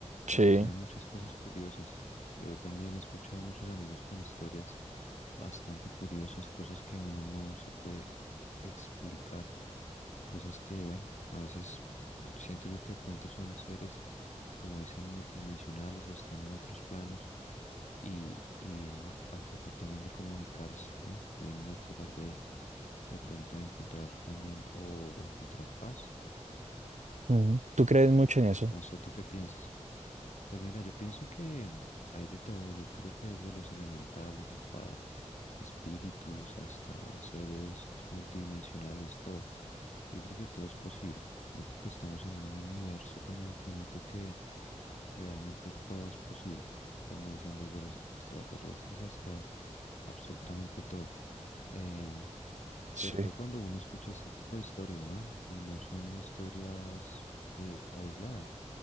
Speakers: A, on the right (about 80°); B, on the left (about 75°).
A: sí.
B: y suceden muchas cosas curiosas. Yo también he escuchado muchos amigos con historias bastante curiosas, cosas que uno no se puede explicar, cosas que, bueno, a veces siento yo que de pronto son seres, como dicen, multidimensionales o están en otros planos y, y vienen a, co- a tratar también de comunicarse, ¿no? Vienen a tratar de de pronto de encontrar también o, o encontrar paz
A: Ujú. ¿Tú crees mucho en eso?
B: no sé, ¿tú qué piensas? Pues mira, yo pienso que mm, hay de todo. Yo creo que desde los elementales hasta espíritus, hasta seres multidimensionales, todo. Yo creo que todo es posible. Yo creo que estamos en un universo tan infinito que realmente todo es posible. Como dicen, desde los extraterrestres hasta absolutamente todo. Em, sobre
A: Sí,
B: todo cuando uno escucha este tipo de historias, ¿no? Y no son historias eh, aisladas.